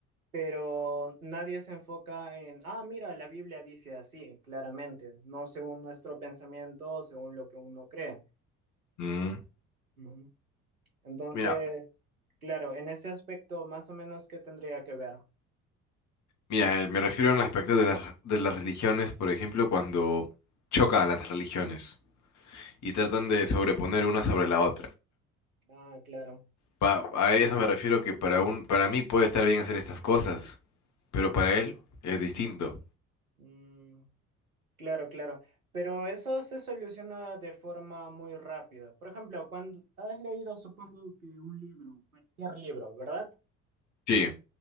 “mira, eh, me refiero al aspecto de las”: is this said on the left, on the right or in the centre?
Left